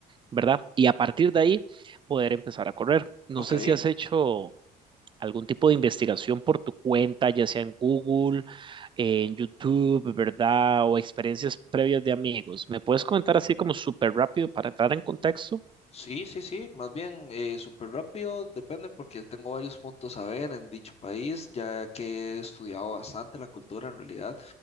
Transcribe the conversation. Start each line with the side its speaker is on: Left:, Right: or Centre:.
Right: ¿Verdad? Y a partir de ahí poder empezar a correr. No
Left: Ok.
Right: sé si has hecho algún tipo de investigación por tu cuenta, ya sea en Google, en YouTube, ¿verdad? O experiencias previas de amigos. ¿Me puedes comentar así como súper rápido para entrar en contexto?
Left: Sí, sí, sí, más bien eh, súper rápido, depende porque tengo varios puntos a ver en dicho país, ya que he estudiado bastante la cultura en realidad.